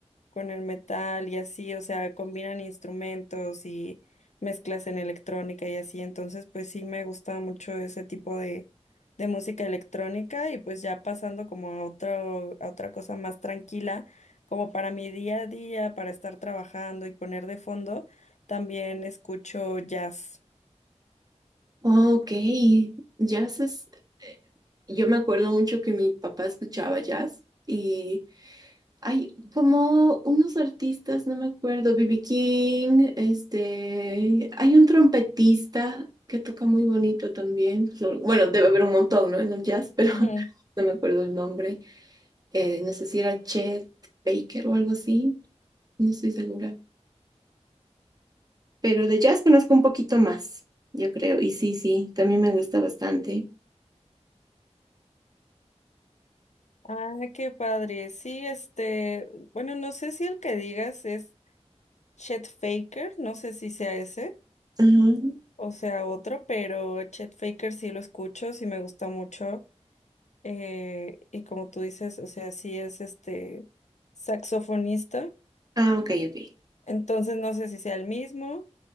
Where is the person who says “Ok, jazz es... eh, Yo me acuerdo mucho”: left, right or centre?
Right